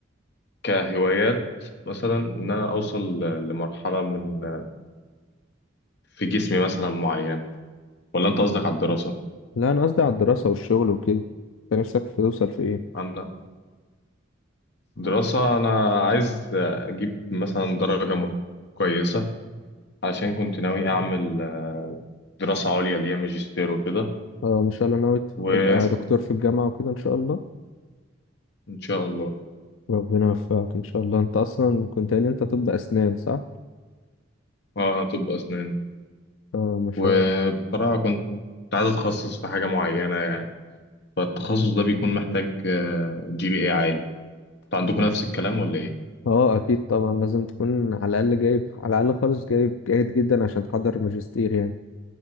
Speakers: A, on the left (about 60°); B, on the left (about 80°).
A: كهوايات مثلا ان انا اوصل ل- لمرحله من في جسمي مثلا معين ولا انت قصدك على الدراسه
B: لا انا قصدي على الدراسة والشغل وكده انت نفسك في توصل في ايه
A: انا دراسه انا عايز اجيب مثلا درجه م- كويسه عشان كنت ناوي اعمل دراسه عليا ليا ماجستير وكده
B: اه ما شاء الله ناوي
A: وان
B: تبقى دكتور في الجامعة وكده ان شاء الله
A: شاء الله
B: ربنا يوفقك ان شاء الله انت اصلا كنت قايل انت طب اسنان صح
A: اه انا طب اسنان
B: اه ما شاء
A: وبصراحه
B: الله
A: كنت عايز اتخصص في حاجه معينه يعني فالتخصص ده بيكون محتاج جي بي اي عالي انتوا عندكم نفس الكلام ولا ايه
B: اه اكيد طبعا لازم تكون على الاقل جايب على الاقل خالص جايب جيد جدا عشان تحضر ماجستير يعني